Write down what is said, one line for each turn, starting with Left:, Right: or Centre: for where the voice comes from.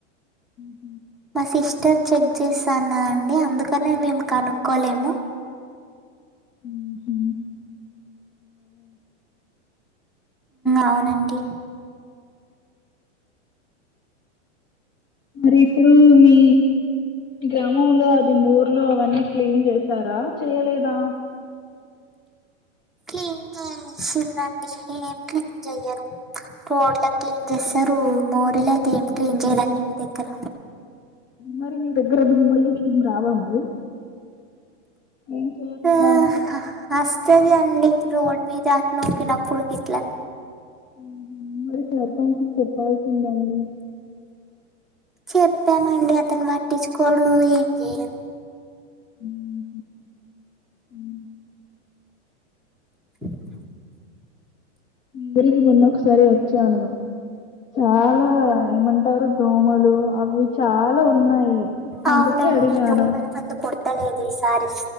Left: ఉమ్
Centre: మా సిస్టర్ చెక్ జేసానా అండి అందుకనే మేము కనుక్కోలేము
Left: ఉమ్ హూ
Centre: అవునండి
Left: మరి ఇప్పుడు మీ గ్రామంలో అది ఊర్లో అవన్నీ క్లీన్ చేసారా చేయలేదా
Centre: క్లీన్ జే చేసిరండి ఏం క్లీన్ జేయరు రోడ్ల క్లీన్ చేస్తారు మోరి అయితే ఏం క్లీన్ జేయరండి మా దగ్గర
Left: మరి మీ దగ్గర దోమలు గిట్ల ఏమ్ రావా మరి ఏం చేయకుండా
Centre: ఆ
Left: ఉంటే
Centre: అస్ తది అండి రోడ్ మీద నూకి నపుడు గిట్లా
Left: ఉమ్ హూ మరి సర్పంచ్ కి చెప్పాల్సిదండి
Centre: చెప్పామండి అతను పట్టించుకోడు ఏం జేయడు
Left: ఉమ్ హూ
Centre: <inaudible>
Left: మీ ఊరికి మొన్న ఒకసారి వచ్చాను చాలా ఏమం టారు దోమలు అవి చాలా ఉన్నాయి
Centre: అవునండి
Left: అందుకే అడిగాను
Centre: దోమల మందు కొ ట్టలేదు ఈసారి